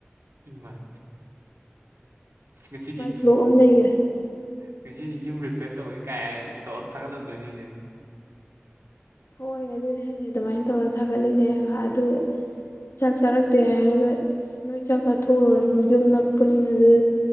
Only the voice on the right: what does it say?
ꯏꯃꯥꯏ ꯉꯁꯤꯗꯤ
ꯉꯁꯤꯗꯤ ꯌꯨꯝ ꯔꯤꯄꯤꯦꯌꯔ ꯇꯧꯔꯦ ꯀꯥꯏ ꯇꯧꯔ ꯊꯥꯒꯠꯂꯝꯗꯣꯏꯅꯤꯅꯦ